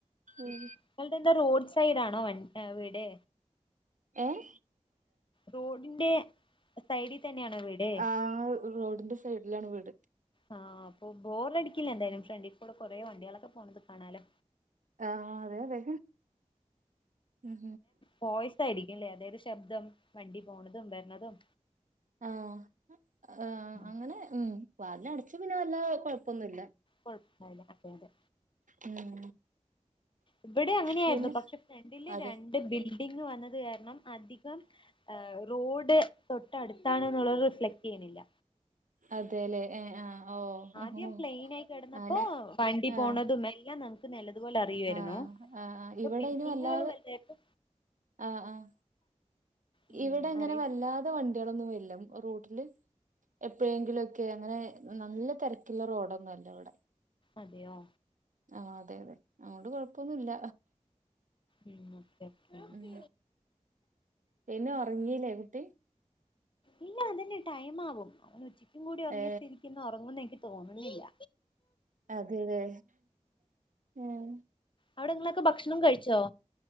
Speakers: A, on the right; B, on the left.
A: ഉം
B: ങ്ങൾദെന്താ റോഡ് സൈഡ് ആണോ വീട്?
A: ഏഹ്
B: റോഡിന്റെ സൈഡിൽ തന്നെയാണോ വീട്
A: ആഹ് റോഡിന്റെ സൈഡിലാണ് വീട്.
B: ആഹ് അപ്പൊ ബോർ അടിക്കില്ല എന്തായാലും ഫ്രണ്ട്കൂടെ കൊറെ വണ്ടികളൊക്കെ പോണത് കാണാലോ.
A: ആഹ് അതെ അതെ ഉം
B: പോയിസ് ആയിരിക്കുംല്ലേ അതായത് ശബ്ദം വണ്ടി പോണതും വരണതും?
A: ആഹ് ആഹ്
B: ഉം
A: അങ്ങനെ ഉം വാതിലടച്ച് പിന്നെ വല്ലാ കൊഴപ്പൊന്നുല്ല.
B: കുഴപ്പണ്ടാവില്ല അതെ അതെ
A: ഉം
B: ഇവിടെ അങ്ങനെയായിരുന്നു
A: പിന്നെ
B: പക്ഷെ ഫ്രണ്ടില്
A: അതെ
B: രണ്ട് ബിൽഡിംഗ്‌ വന്നത് കാരണം അധികം ആഹ് റോഡ് തൊട്ടടുത്താണ് എന്നുള്ളത് റിഫ്ലക്ട് ചെയ്യുന്നില്ല
A: അതെല്ലേ ഏഹ് ആഹ് ഓഹ്
B: ആദ്യം
A: ഓഹ്
B: പ്ലെയിൻ ആയി കിടന്നപ്പോ
A: അങ്ങനെ
B: വണ്ടി
A: ആഹ്
B: പോണതും എല്ലാം നമുക്ക് നില അതുപോലെ അറിയുവായിരുന്നു
A: ആഹ് ആഹ്
B: ഇപ്പൊ
A: ഇവിടെ
B: ബില്ഡിങ്ങുകൾ
A: അയിന് വല്ലാതെ
B: വലുതായപ്പോ
A: ആഹ് ആഹ്
B: ഉം
A: ഇവിടെ എങ്ങനെ
B: അറിയ
A: വല്ലാതെ വണ് ട്ടികളൊന്നും വര്ല്ല റോട്ടില് എപ്പോഴെങ്കിലും ഒക്കെ അങ്ങനെ നല്ല തിരക്കിള്ള റോഡൊന്നും അല്ല ഇവിടെ
B: അതെയോ
A: ആഹ് അതെ അതെ അതുകൊണ്ട് കൊഴപ്പൊന്നുമില്ല
B: ഉം ഓക്കെ ഓക്കെ
A: ഉം ഇല ഉറങ്ങീല്ലേ കുട്ടി
B: ഇല്ല അതന്നെ ടൈംമാവും അവൻ ഉച്ചക്കും കൂടി ഉറങ്ങി
A: ഏ
B: സ്ഥിതിക്കു ഇന്ന് ഉറങ്ങുന്ന് ഇൻക്ക് തോന്നുന്നില്ല
A: അതെലെ ഉം
B: അവിടെങ്ങളൊക്കെ ഭക്ഷണം കഴിച്ചോ